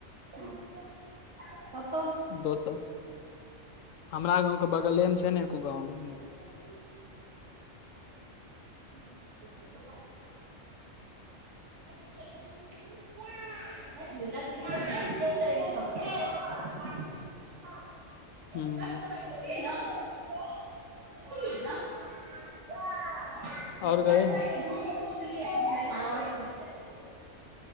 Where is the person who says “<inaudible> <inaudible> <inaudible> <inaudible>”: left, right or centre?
Right